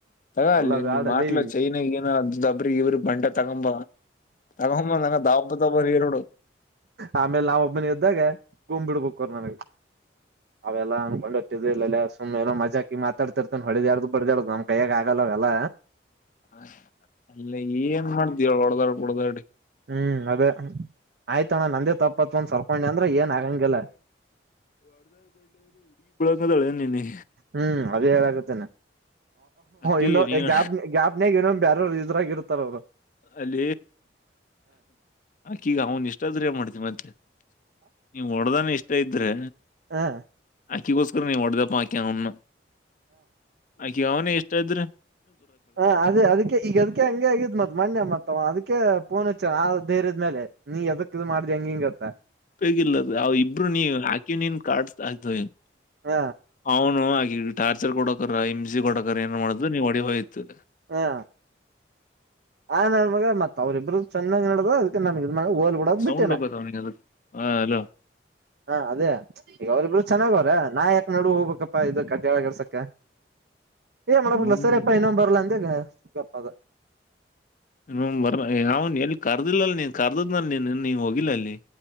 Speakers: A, on the left (about 45°); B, on the right (about 60°).
A: ತದ
B: ಎಲ್ಲ
A: ಅಲ್ಲಿ
B: ಬ್ಯಾಡಲ್ಲಿ
A: ನಿಮ್ ಮಾಟ್ಲು ಚೈನಾಗ ಏನೋ ಅ ಇವರು ಬಂಡೆ ತಗಂಬ ತಗಂಬ ನ ದಾಪ ತಪ ನೀರುಡು
B: ಆಮೇಲೆ ನಾವ ಒಬ್ಬನ ಎದ್ದಾಗ ಗೂಮ್ ಬಿಡ್ಬೇಕು ಅವರ್ ನನಗೆ ಅವೆಲ್ಲ ಅಂದಕೊಂಡ್ೋಗಟ್ಟಿದ್ ಇಲ್ಲ ಸುಮ್ಮನೆಏನೋ ಮಜಾಕಿ ಮಾತಾಡ್ತಿರ್ತ ನ ಹೊಳೆದ್ಯಾಡ್ದು ಬಡ್ದ್ಯಾಡ್ದ ನಮ್ ಕೈಯಾಗ ಆಗಲ್ಲವಲ್ಲ
A: ಹ ಅಲ್ಲ ಏನ್ ಮಾಡ್ದವ ಹೊಡದಾಡ್ ಹೊಡದಾಡಿ
B: ಹ್ಮ್ ಅದ ಆಯ್ತು ನಂದೆ ತಪ್ಪತ್ ಒಂದ ಸರ್ಕೊಂಡಿ ಅಂದ್ರೆ ಏನ್ ಆಗಂಗಿಲ್ಲ
A: ಕದಳ ನಿ ನೀ
B: ಹ್ಮ್ ಅದೇ ಹೇಳಾಗುತ್ತೇನೆ
A: ಅಕ್ಕಿ
B: ಇನ್ನು
A: ನೀನ್
B: ಗ್ಯಾಪ್ ಗ್ಯಾಪ್ನಾಗ ಇನ್ನೊ ಬೇಾರ ್ರಾಗಿ ಇರ್ತಾರ ಅವ್ರು
A: ಅಲ್ಲ ಆಕ ಈಗ ಅವನ್ ಇಷ್ಟ ಆದ್ರೆ ಮಾಡ್ತವಿ ಮತ್ತೆ ನೀವ ಹೊಡ್ದಾನ ಇಷ್ಟ ಇದ್ರೆ
B: ಹಾ
A: ಅಕ್ಕಿಗೋಸ್ಕರ ನೀ ಹೊಡದಪ್ಪ ಆಕಿ ಅವನ್ನ ಅಕಿ ಅವನ ಎಷ್ಟ್ರ
B: ಹಾ ಅದೇ ಅದಕ್ಕೆ ಈಗ ಅದಕ್ಕೆ ಹಂಗೆ ಆಗಿದ್ ಮದ್ ಪ್ಣೆ ಮತ್ತ ಅದಕ್ಕೆ ಪೋನ್ ಹಚ್ಚ ಆ ಧೈರ್ಯದ ಮೇಲೆ ನೀ ಎದಕ್ ಇ ಮಾಡ್ದಿ ಹೆಂಗಿಂಗತ್ತ
A: ಬೇಗಿಲ್ಲ ಅವ ಇಬ್ರು ನೀ ಹಾಕಿ ನೀನ್ ಕಾಡ್ ಆಯ್ತು
B: ಹ
A: ಅವನು ಹಾಗ ಟಾರ್ಚರ್ ಕೊಡಕರ ಹಮಸಿ ಕೊಡಕರ ಏನ್ ಮಾಡುದು್ ನೀವ್ ಹೊಡಿ ಹೋಯ್ತು
B: ಹಾ ಆ ನನ್ ಮಗ ಮತ್ ಅವ್ರಿಬ್ಬರು ಚೆನ್ನಾಗಿ ನಡ್ದ ಅದಕ್ಕೆ ನನ ನ ಹೋಲ್ ಬಿಡೋದು
A: ಸೌಂಡ್
B: ಬಿಟ್ಟೇನೆ
A: ಹೋಗತ್ ಅವನಿಗೆ ಅದಕ್ಕೆ ಹಲೋ
B: ಹಾ ಅದೇ ಈಗ ಅವ್ರಬ್ರು ಚೆನ್ನಾಗ ಅವ್ರ ನಾ ಯ ನೋಡ್ ಹೋಗಬೇಕಪ್ಪಾ ಇದು ಕಡ್್ಯಾಳ ಗರ್ಸಕ ಏ ಮಾಡ
A: ಹ್ಮ್
B: ಲಸರಿ ಅಪ್ಪಾ ಇನ್ನೊ್ ಬರ್ಲ ಎ ಸಪ್ಪ
A: ಇ ಬರ ಯಾವ ಎಲ್ಲಿ ಕರ್ದಿಲ್ಲಲ್ ನೀನ್ ಕರ್ದದ್ನ ನೀ ನೀ್ ಹೋಗಿಲ್ಲ ಅಲ್ಲಿ